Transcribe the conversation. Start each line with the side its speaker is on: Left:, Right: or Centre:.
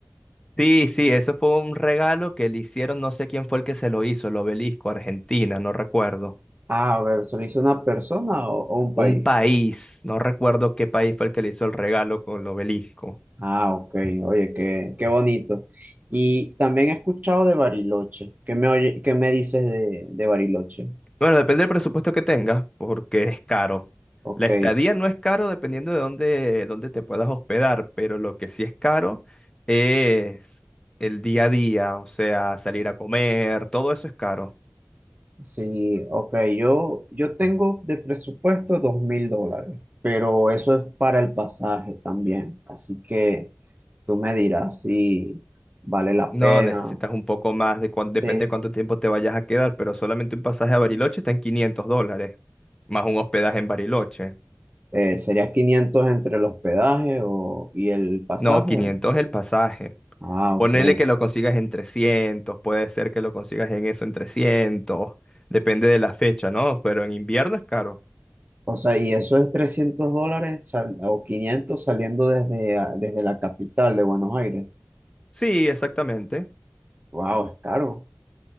Left: Sí, sí, eso fue un regalo que le hicieron, no sé quién fue el que se lo hizo, el obelisco, Argentina, no recuerdo.
Right: Ah, a ver, ¿se lo hizo una persona o, o un
Left: Un
Right: país?
Left: país, no recuerdo qué país fue el que le hizo el regalo con el obelisco.
Right: Ah, ok, oye, qué, qué bonito. Y también he escuchado de Bariloche. ¿Qué me oye- qué me dices de, de Bariloche?
Left: Bueno, depende del presupuesto que tengas, porque es caro.
Right: Ok,
Left: La estadía no es caro dependiendo de dónde, dónde te puedas hospedar, pero lo que sí es caro es el día a día, o sea, salir a comer, todo eso es caro.
Right: sí, ok, yo, yo tengo de presupuesto dos mil dólares, pero eso es para el pasaje también. Así que tú me dirás si vale la
Left: No,
Right: pena.
Left: necesitas un poco más, de cuán-
Right: Sí,
Left: depende de cuánto tiempo te vayas a quedar, pero solamente un pasaje a Bariloche está en 500 dólares, más un hospedaje en Bariloche.
Right: eh, sería 500 entre el hospedaje o, y el pasaje.
Left: No, 500
Right: o-
Left: el pasaje.
Right: Ah,
Left: Ponele
Right: ok.
Left: que lo consigas en trescientos puede ser que lo consigas en eso, en trescientos depende de la fecha, ¿no? Pero en invierno es caro.
Right: O sea, y eso es 300 dólares sal- o 500 saliendo desde, a- desde la capital de Buenos Aires.
Left: Sí, exactamente.
Right: Wow, es caro.